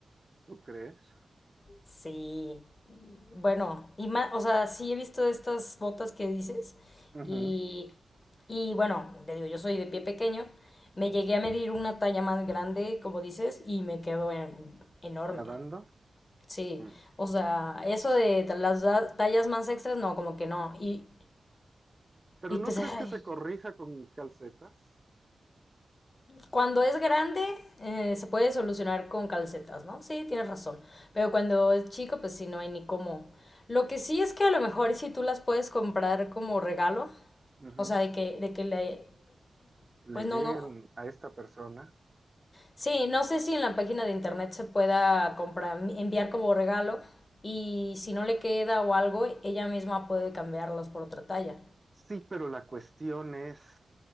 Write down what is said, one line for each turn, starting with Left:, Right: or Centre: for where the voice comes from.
Right: ¿Tú crees?
Left: Sí. Bueno, y más, o sea, sí he visto estas botas que dices
Right: Ujú.
Left: y, y bueno, te digo, yo soy de pie pequeño, me llegué a medir una talla más grande, como dices, y me quedo en- enorme.
Right: Nadando.
Left: Sí,
Right: Mm.
Left: o sea, eso de las da- tallas más extras, no, como que no. Y,
Right: Pero
Left: y
Right: ¿no
Left: pues,
Right: crees
Left: ay,
Right: que se corrija con calcetas?
Left: Cuando es grande, eh, se puede solucionar con calcetas, ¿no? Sí, tienes razón. Pero cuando es chico, pues sí, no hay ni cómo. Lo que sí es que a lo mejor si tú las puedes comprar como regalo,
Right: Ujú.
Left: o sea, de que, de que le... Pues
Right: Le
Left: no,
Right: lleguen
Left: no.
Right: a esta persona.
Left: Sí, no sé si en la página de internet se pueda comprar, enviar como regalo y si no le queda o algo, ella misma puede cambiarlos por otra talla.
Right: Sí, pero la cuestión es,